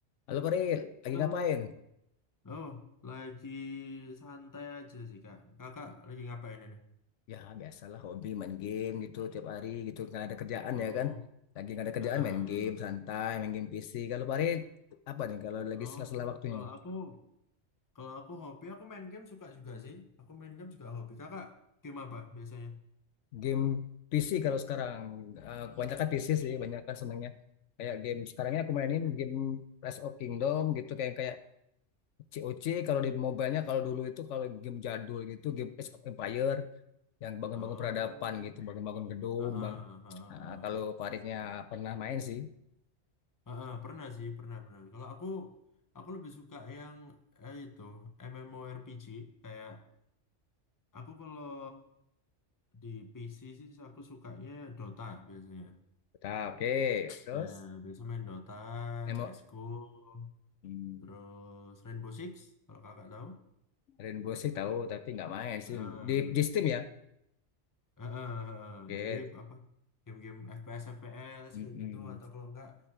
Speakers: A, on the left (about 85°); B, on the left (about 20°).
A: Halo Koril, lagi
B: Halo.
A: ngapain?
B: Oh, lagi santai aja sih, Kak. Kakak lagi ngapain ini?
A: Ya biasalah hobi main game gitu tiap hari gitu nggak ada kerjaan
B: Oh,
A: ya kan? Lagi nggak ada kerjaan
B: ah.
A: main game santai, main game PC. Kalau Farid apa nih kalau lagi
B: Oh,
A: sela-sela waktunya?
B: kalau aku kalau aku hobi aku main game suka juga sih. Aku main game juga hobi. Kakak game apa biasanya?
A: Game PC kalau sekarang Eh, kebanyakan PC sih, kebanyakan senengnya kayak game Sekarangnya aku mainin game Rise of Kingdom gitu kayak kayak COC kalau di mobile-nya kalau dulu itu kalau game jadul gitu game Age of Empire yang bangun-bangun
B: Oh,
A: peradaban gitu, bangun-bangun gedung,
B: ah, ah,
A: bang.
B: ah,
A: Nah, kalau Faridnya pernah main sih.
B: ah, ah, pernah sih, pernah pernah. Kalau aku aku lebih suka yang eh, itu MMORPG kayak aku kalau di PC sih aku sukanya Dota biasanya.
A: Udah, oke. Terus
B: Ya, biasa main Dota,
A: emo
B: CSGO,
A: hmm,
B: terus Rainbow Six, kalau kakak tahu.
A: Rainbow Six tahu tapi nggak main sih
B: Eh,
A: di di Steam ya.
B: eh, eh, eh.
A: Oke.
B: Jadi apa, game-game FPS, FPS
A: Mm-mm.
B: kayak gitu, atau kalau enggak